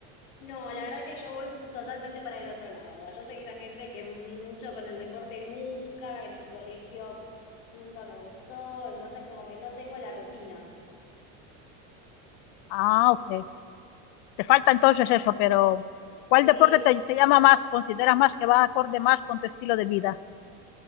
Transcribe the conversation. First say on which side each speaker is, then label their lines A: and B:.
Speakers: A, on the left (about 75°); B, on the left (about 55°).
A: No, la verdad que yo voy totalmente para el otro lado. Yo sé que esa gente que mucho con el deporte nunca, en el colegio nunca me gustó, entonces como que no tengo la rutina.
B: Ah, ok. Te falta entonces eso, pero ¿cuál
A: Sí,
B: deporte te, te llama más? ¿Consideras más que va acorde más con tu estilo de vida?